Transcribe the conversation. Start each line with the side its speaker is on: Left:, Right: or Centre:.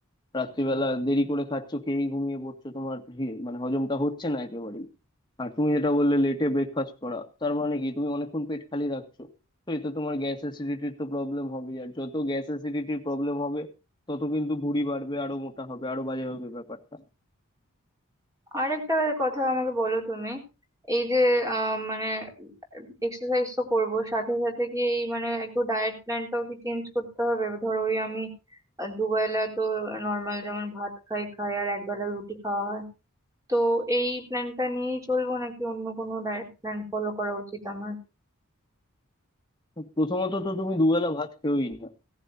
Left: রাত্রিবেলা দেরি করে খাচ্ছ খেয়েই ঘুমিয়ে পড়ছো তোমার হি- মানে হজমটা হচ্ছে না একেবারেই আর তুমি যেটা বললে লেটে ব্রেকফাস্ট করা তার মানে কি তুমি অনেকক্ষণ পেট খালি রাখছো তো এতে তোমার গ্যাস অ্যাসিডিটির তো প্রবলেম হবে আর যত গ্যাস অ্যাসিডিটির প্রবলেম হবে তত কিন্তু ভুঁড়ি বাড়বে আরো মোটা হবে আরো বাজে হবে ব্যাপারটা
Right: আরেকটা কথা আমাকে বলো তুমি এই যে আহ, মানে এক্সারসাইজ তো করব সাথে সাথে কি এই মানে একটু ডায়েট প্ল্যানটাও কি চেঞ্জ করতে হবে ধরো ওই আমি আহ, দুবেলা তো নর্মাল যেমন ভাত খাই খাই আর একবেলা রুটি খাওয়া হয় তো এই প্ল্যানটা নিয়েই চলবো নাকি অন্য কোনো ডায়েট প্ল্যান ফলো করা উচিত আমার
Left: প্রথমত তো তুমি দুবেলা ভাত খেয়েই না